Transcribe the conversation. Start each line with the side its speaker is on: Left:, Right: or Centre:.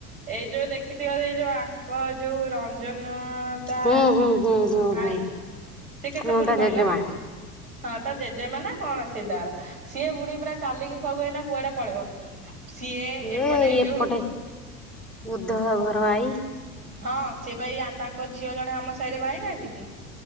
Right: ଏଇ ଯୋଉ ଦେଖିଥିବ ଏଇ ଯୋଉ ଆଙ୍କ ଯୋଉ ରଞ୍ଜନ ହଁ ତା
Centre: ହୁଁ ହୁଁ ହୁଁ ହୁଁ
Right: ଆଈ
Centre: ହୁଁ
Right: ସେ କେତେ
Centre: ହଁ
Right: ବୁଢୀ
Centre: ତା
Right: କହିଲ?
Centre: ଜେଜେମା
Right: ହଁ ତ ଜେଜେମା ନା କଣ ସି ତାର ସିଏ ବୁଢୀ ପୁରା ଚାଲିକି କବୁ ଏଇ ନା କୁଆଡେ ପଳେଇବ। ସିଏ ଏପଟେ
Centre: ଏ
Right: ଏଇ
Centre: ଏପଟେ
Right: ଯୋଉ
Centre: ବୁଦ୍ଧ ଘର ଭାଇ <unintelligible>
Right: ହଁ ସେ ଭାଇ ତାଙ୍କ ଝିଅ ଜଣେ ଆମ ସାହିରେ ବାାଇନାହାନ୍ତି କି?